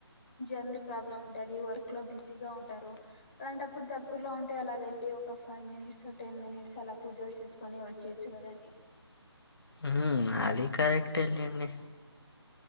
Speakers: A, on the left; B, on the left.
A: జర్నీ ప్రాబ్లం ఉంటది వర్క్ లో బిజీ జీగా ఉంటారు అలాంటప్పుడు ద దగ్గరలో ఉంటే అలా వెళ్లి ఒక ఫైవ్ మినిట్స్ టెన్ మినిట్స్ అలా పూజలు చేసుకొని వచ్చేయచ్చు కదండి
B: ఉ హు అది కరెక్టే లెండి